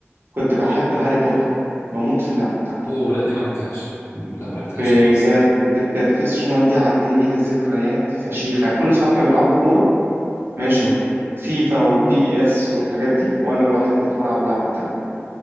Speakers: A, on the right; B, on the left.
A: كنت بحب هاري بوتر بموت في اللعبه بتاعته
B: اوه لا دي ما لعبتهاش مم، لا ما لعبتهاش
A: بجد
B: خالص
A: بجد بلاي ستيشن 1 دي عندي ليها ذكريات فشيخه كل اصحابي كانوا بيلعبوا كوره ماشي
B: مم،
A: فيفا وبي اي اس والحاجات دي وانا الوحيد اللي كنت بلعب اللعبه التانيه